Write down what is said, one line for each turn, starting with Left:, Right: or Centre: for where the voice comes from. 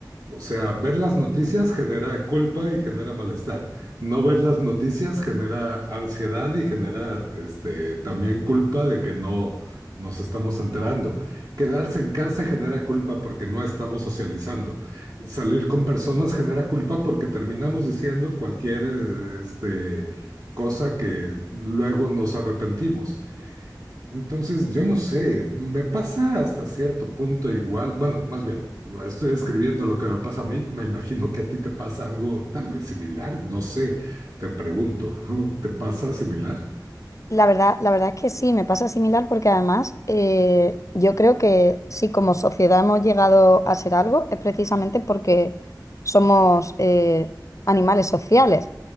Right: O sea, ver las noticias genera culpa y genera malestar. No ver las noticias genera ansiedad y genera, este, también culpa de que no nos estamos enterando. Quedarse en casa genera culpa porque no estamos socializando. Salir con personas genera culpa porque terminamos diciendo cualquier, eh, este, cosa que luego nos arrepentimos. Entonces, yo no sé, me pasa hasta cierto punto igual, bueno, más bien, estoy escribiendo lo que me pasa a mí, me imagino que a ti te pasa algo tal vez similar, no sé, te pregunto, <laughs> ¿te pasa similar?
Left: La verdad, la verdad es que sí, me pasa similar porque además eh, yo creo que si como sociedad hemos llegado a ser algo es precisamente porque somos eh, animales sociales